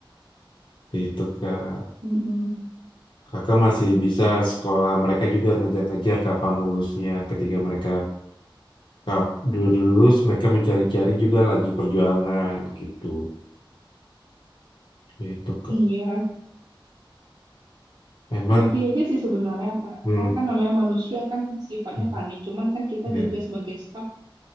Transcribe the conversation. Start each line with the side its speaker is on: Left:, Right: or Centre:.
Left: seperti itu kak.
Right: mm-mm.
Left: Kakak masih bisa sekolah, mereka juga ngejar-ngejar kapan lulusnya. Ketika mereka kap- dulu lulus, mereka mencari-cari juga lagi perjuangan gitu. Itu kak.
Right: iya
Left: Emang,
Right: ngerti aja sih sebenarnya Kak
Left: hmm,
Right: karena kan namanya manusia kan sifatnya
Left: hmm,
Right: panik cuman kan kita
Left: ya,
Right: juga sebagai staff